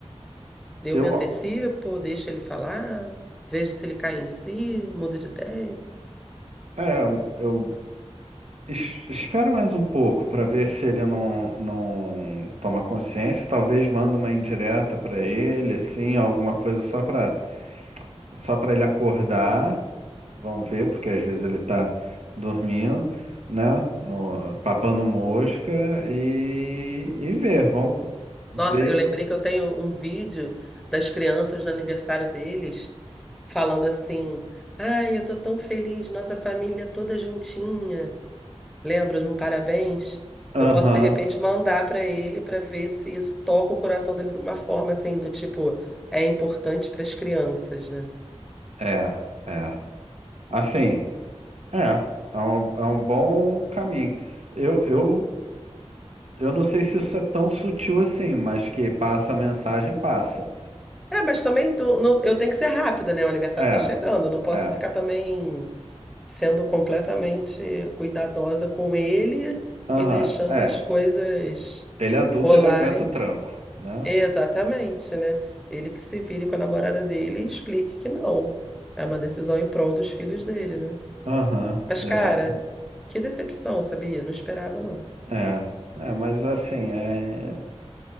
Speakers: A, in the centre; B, on the right.
A: Eu
B: eu
A: me antecipo, deixo ele falar, vejo se ele cai em si, mudo de ideia.
B: é, eu Es- Espera mais um pouco para ver se ele não, não toma consciência. Talvez manda uma indireta para ele, assim, alguma coisa só para só para ele acordar. Vamos ver, porque às vezes ele tá dormindo, né? No, papando mosca e, e ver. Vamos ver.
A: Nossa, eu lembrei que eu tenho um vídeo das crianças no aniversário deles falando assim: Ai, eu tô tão feliz, nossa família toda juntinha. Lembra de um parabéns?
B: Aham,
A: Eu posso de repente mandar pra ele pra ver se isso toca o coração dele de uma forma assim, do tipo, é importante para as crianças, né?
B: é, é. Assim, é. É um, é um bom caminho. Eu, eu Eu não sei se isso é tão sutil assim, mas que passa a mensagem, passa.
A: É, mas também do- não- eu tenho que ser rápida, né? O aniversário
B: É,
A: tá chegando, eu não posso
B: é.
A: ficar também. sendo completamente cuidadosa com ele
B: Aham,
A: e deixando
B: é.
A: as coisas
B: Ele é adulto,
A: rolarem.
B: ele aguenta o tranco, né?
A: Exatamente, né? Ele que se vire com a namorada dele e explique que não. É uma decisão em prol dos filhos dele, né?
B: Aham,
A: Mas,
B: exato.
A: cara, que decepção, sabia? Não esperava, não.
B: É, é, mas assim, é...